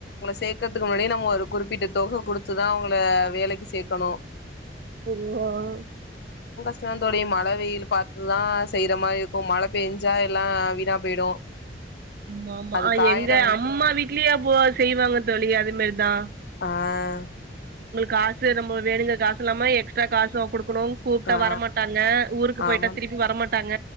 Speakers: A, on the left; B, on the right.
A: சேர்க்கறதுக்கு முன்னாடி நம்ம ஒரு குறிப்பிட்ட தொகை குடுத்துதான் அவங்கள வேலைக்கு சேர்க்கணும்
B: <unintelligible>
A: <unintelligible> மழ வெயில் பார்த்துதா செய்யற மாரி இருக்கு மல பெஞ்சா எல்லா வீணா போயிடு
B: ஆமா ஆமா
A: அது காயற
B: எங்க
A: வரைக்கு
B: அம்மா வீட்லயே அப்போ செய்வாங்க தோலி அது மேரிதா
A: ஆஹ்
B: காசு நம்ம வேணுங்க காசு இல்லாம எக்ஸ்ட்ரா காசு குடு க்கணு கூப்ட்டா
A: ஆ
B: வரமாட்டாங்க ஊருக்கு போயிட்டா
A: ஆமா
B: திருப்பி வரமாட்டாங்க